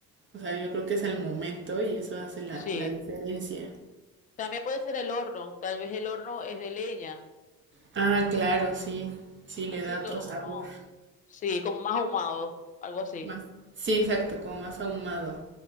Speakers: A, on the right; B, on the left.
A: o sea, yo creo que es al momento y eso hace la,
B: Sí.
A: la diferencia.
B: También puede ser el horno. Tal vez el horno es de leña.
A: Ah, claro, sí, sí, le
B: Así
A: da
B: un
A: otro
B: to-
A: sabor.
B: no. Sí, como más ahumado, algo así.
A: Más, sí, exacto, como más ahumado.